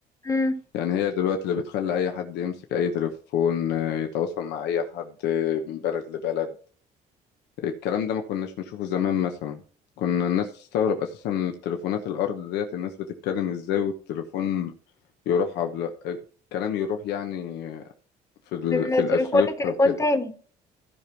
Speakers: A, on the left (about 20°); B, on the left (about 85°).
A: امم
B: يعني هي دلوقتي اللي بتخلي اي حد يمسك اي تليفون آه، يتواصل مع اي حد آه، من بلد لبلد الكلام ده ما كناش نشوفه زمان مثلا كنا الناس تستغرب اساسا من التليفونات الارض ديت الناس بتتكلم ازاي والتليفون يروح عبل... آه، الكلام يروح يعني في ال...
A: من
B: في الاسلوب
A: تليفون لتليفون
B: او كده
A: تاني